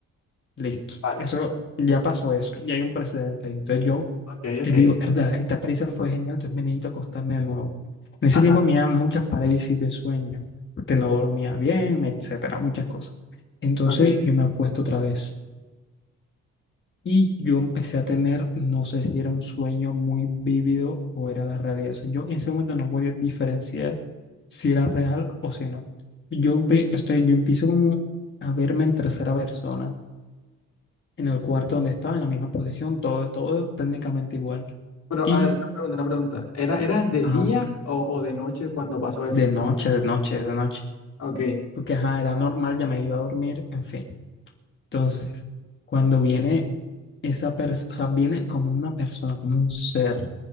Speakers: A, on the left; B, on the left.
A: Listo.
B: Vale.
A: Eso ya pasó eso, ya hay un precedente ahí. Entonces yo
B: Ok, ok.
A: eh, digo, verdad, esta experiencia fue genial, entonces me necesito acostarme de nuevo. En ese
B: Ajá.
A: tiempo me daban muchas parálisis de sueño, porque no dormía bien, etcétera, muchas cosas. Entonces
B: Ok.
A: yo me acuesto otra vez y yo empecé a tener, no sé si era un sueño muy vívido o era la realidad. O sea, yo en ese momento no podía diferenciar si era real o si no. Yo ve, estoy, yo empiezo como a verme en tercera persona en el cuarto donde estaba, en la misma posición, todo, todo técnicamente igual.
B: Pero,
A: Y,
B: a ver, una pregunta, una pregunta. ¿Era, era de
A: ajá,
B: día o, o de noche cuando pasó eso?
A: de noche, de noche, de noche,
B: Ok,
A: porque, ajá, era normal, ya me iba a dormir, en fin. Entonces, cuando viene esa persona, o sea, viene como una persona, como un ser,